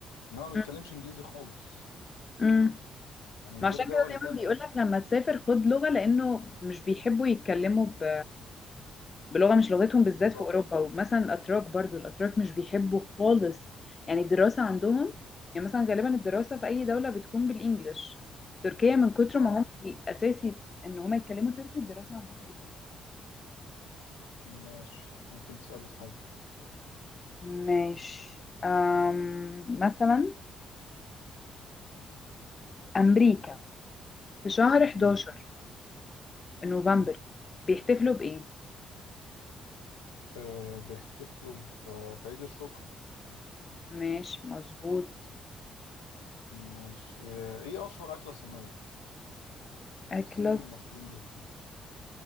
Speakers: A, on the left (about 85°); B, on the left (about 40°).
A: انما ما
B: مم.
A: بيتكلمش انجليزي خالص
B: مم.
A: يعني
B: ما
A: غير
B: عشان
A: دول
B: كده دايما
A: تانية
B: بيقول لك لما تسافر خد لغة لأنه مش بيحبوا يتكلموا ب... بلغة مش لغتهم بالذات
A: بالظبط
B: في أوروبا ومثلا الأتراك برضو الأتراك مش بيحبوا خالص يعني الدراسة عندهم يعني مثلا غالبا الدراسة في أي دولة بتكون بالإنجلش في تركيا من كتر
A: اه
B: ما هم أساسي إن هم يتكلموا تركي الدراسة عندهم بالتركي
A: ماشي ممكن تسألي في حاجة
B: ماشي أم... مثلا أمريكا في شهر 11
A: مم.
B: نوفمبر
A: مم.
B: بيحتفلوا بإيه؟
A: أه بيحتفلوا ب- بعيد الشكر
B: ماشي مظبوط
A: ماشي آه، ايه أشهر أكلة صينية
B: أكلس
A: الصين مشهورين بيها